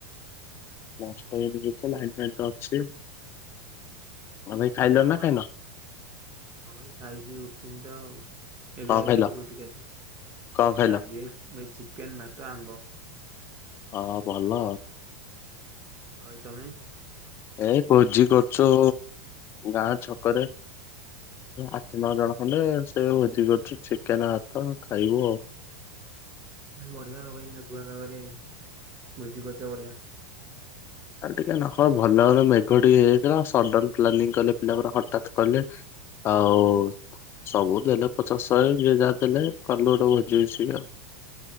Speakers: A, on the left; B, on the right.
A: ନଷ୍ଟ ହେଇନି କିଛି ଲାଇନ ଫାଇନ ତ ଅଛି। ଆଉ ଭାଇ ଖାଇଲ
B: ଆମ
A: ନା ଖାଇନ
B: ହଁ ଭାଇ ଖାଇକି ଉଠିନିତ ଆଉ। ଏବେ
A: କଣ
B: ଭାଇ
A: ଖାଇଲ
B: ଖାଇକି ଉଠିକି ଆସ
A: କଣ ଖାଇଲ?
B: ଆଜି ଭାଇ ଚିକେନ, ଭାତ, ଆମ୍ବ।
A: ହଁ ହଁ ଭଲ।
B: ଆଉ ଭାଇ ତମେ?
A: ଏଇ ଭୋଜି କରୁଚୁ ଗାଁ ଛକରେ। ଆଠ ନଅ ଜଣ ଖଣ୍ଡେ ସେ ଭୋଜି କରୁଚୁ ଚିକେନ ଭାତ ଖାଇବୁ ଆଉ।
B: ବଢିଆ ମେଘୁଆ ପାଗରେ ଭୋଜି କରୁଚ ବଢିଆ।
A: ଆ ଟିକେ ନଖ ଭଲ ଭ ମେଘ ଟିକେ ହେଇଥିଲା ସଡନ ପ୍ଲାନିଂ କଲେ ପିଲା ଗୁଡ଼ା ହଠାତ୍ କହିଲେ। ଆଉ ସବୁ ଦେଲେ ପଚାଶ ଶହେ ଯିଏ ଯାହା ଦେଲେ କଲ ହୋଉଚି ସ ଆଉ।